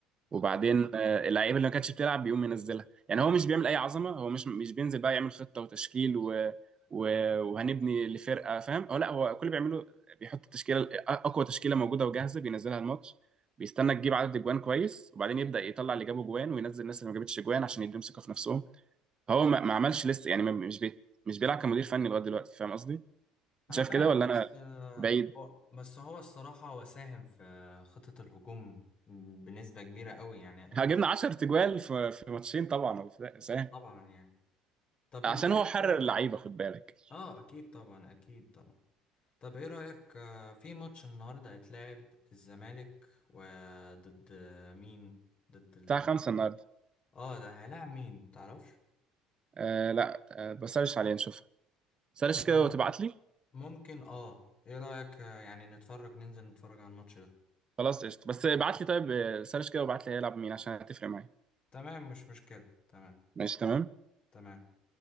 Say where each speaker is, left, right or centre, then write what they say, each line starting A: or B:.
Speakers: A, on the right; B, on the left.
A: وبعدين آه، اللعيبه اللي ما كانتش بتلعب بيقوم ينزلها يعني هو مش بيعمل اي عظمه هو مش مش بينزل بقى يعمل خطه وتشكيل و... و... وهنبني لفرقه فاهم هو لا هو كل اللي بيعمله بيحط التشكيله اقوى تشكيله موجوده وجاهزه بينزلها الماتش بيستنى تجيب عدد اجوان كويس وبعدين يبدا يطلع اللي جابوا جوان وينزل الناس اللي ما جابتش جوان عشان يديهم ثقه في نفسهم فهو ما, ما عملش لسه يعني ما... مش بي... مش بيلعب كمدير فني لغايه دلوقتي فاهم قصدي
B: انا
A: شايف
B: فاهم
A: كده ولا
B: بس
A: انا
B: آه،
A: بعيد
B: هو- بس هو الصراحة هو ساهم في خطة الهجوم بنسبة كبيرة قوي يعني
A: هجبنا 10 تجوال في في ماتشين طبعا هو في- سهل
B: طبعا يعني طب
A: عشان
B: انت ايه
A: هو حرر
B: رأيك
A: اللعيبه خد بالك
B: اه اكيد طبعا اكيد طبعا طب ايه رأيك آه، في ماتش النهاردة هيتلعب الزمالك وضد مين ضد ال
A: بتاع خمسه النهارده
B: اه ده هيلاعب مين تعرفش
A: آه لا آه بسرش عليه نشوفها سرش
B: آه،
A: كده وتبعت لي
B: ممكن اه ايه رأيك آه، يعني نتفرج ننزل نتفرج على الماتش ده
A: خلاص قشطه بس ابعت لي طيب آه، سرش كده وابعت لي هيلعب مين عشان هتفرق معايا
B: تمام مش مشكلة تمام
A: ماشي تمام
B: تمام